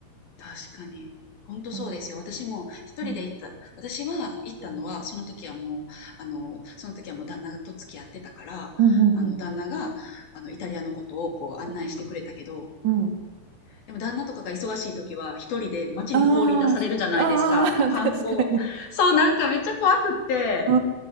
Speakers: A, on the left; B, on the right.
A: 確かに。ほんとそうですよ。
B: うん。
A: 私も一人で行った私は行ったのは、
B: うん。そ
A: その時はもう、あの、その時はもう旦那と付き合ってたから、
B: うんうんうん
A: あの、旦那が、あの、イタリアのことをこう案内してくれたけど
B: うん。うん。
A: でも旦那とかが忙しい時は一人で街に放り出されるじゃないですか。
B: あーあー、
A: 観光。
B: <laughs> 確かに。
A: そう、なんかめっちゃ怖くって、
B: う